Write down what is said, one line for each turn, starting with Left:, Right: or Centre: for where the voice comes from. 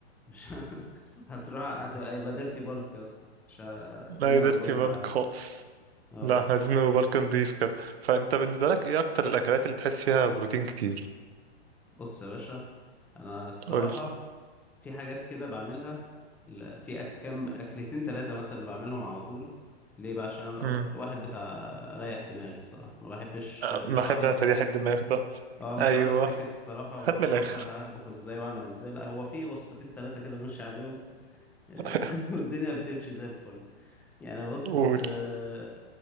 Centre: مش <laughs> هتروح هتبقى يبقى ديرتي بالك يا اسطى مش ه-
Right: لا
Centre: الدنيا
Right: قدرت
Centre: هتبوظ
Right: يبلك
Centre: معاك
Right: خالص
Centre: اه
Right: لا احنا عايزين نبقى بلك نضيف كده فانت بالنسبه لك ايه اكتر الاكلات اللي تحس فيها بروتين كتير
Centre: بص يا باشا انا الصراحه
Right: قول لي
Centre: في حاجات كده بعملها ل- في أك... كام أكلتين تلاتة مثلا اللي بعملهم على طول ليه بقى عشان أنا
Right: امم
Centre: واحد بتاع ريح دماغي الصراحة ما بحبش
Right: أه،
Centre: مش
Right: بحب
Centre: هقعد أفتكس
Right: انا تريح الدماغ ده
Centre: اه مش
Right: ايوه
Centre: هقعد أفتكس الصراحة وأقعد
Right: هات من
Centre: أفكر
Right: الاخر
Centre: هطبخ إزاي وأعمل إزاي لا هو في وصفتين تلاتة كده بمشي عليهم <laughs>
Right: <laughs>
Centre: والدنيا بتمشي زي الفل يعني بص
Right: قول
Centre: آه،